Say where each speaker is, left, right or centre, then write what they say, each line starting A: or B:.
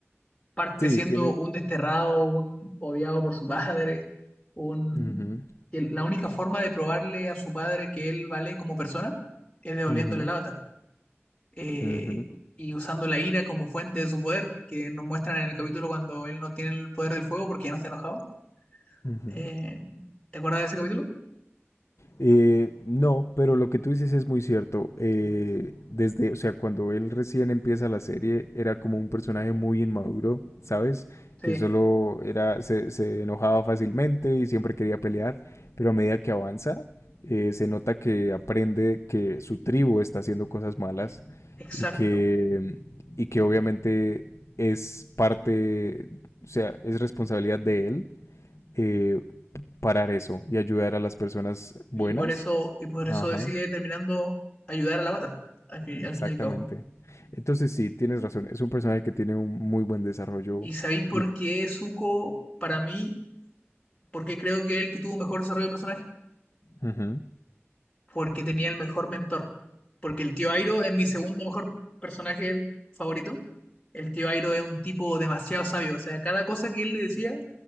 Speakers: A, on the left (about 15°); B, on the left (about 80°).
A: parte
B: Sí,
A: siendo
B: tiene...
A: un desterrado, un odiado por su padre, un...
B: Ujú,
A: que la única forma de probarle a su padre que él vale como persona es devolviéndole
B: ujú.
A: el avatar. Eh,
B: Ujú.
A: y usando la ira como fuente de su poder, que nos muestran en el capítulo cuando él no tiene el poder del fuego porque ya no está enojado.
B: Ujú.
A: Eh, ¿te acuerdas de ese capítulo?
B: Eh, no, pero lo que tú dices es muy cierto. Eh, desde, o sea, cuando él recién empieza la serie, era como un personaje muy inmaduro, ¿sabes?
A: Sí,
B: Que solo era, se, se enojaba fácilmente y siempre quería pelear, pero a medida que avanza, eh, se nota que aprende que su tribu está haciendo cosas malas
A: exacto.
B: y que, y que obviamente es parte, o sea, es responsabilidad de él eh, parar eso y ayudar a las personas buenas.
A: Y por eso, y por
B: Ajá,
A: eso decide terminando ayudar al avatar, al fin,
B: exactamente.
A: al fin y al cabo.
B: Entonces sí, tienes razón. Es un personaje que tiene un muy buen desarrollo
A: ¿Y sabéis por
B: y...
A: qué Zuko, para mí, ¿Por qué creo que él que tuvo mejor desarrollo de personaje?
B: Ujú.
A: Porque tenía el mejor mentor. Porque el tío Airo es mi segundo mejor personaje el favorito. El tío Airo es un tipo demasiado sabio. O sea, cada cosa que él le decía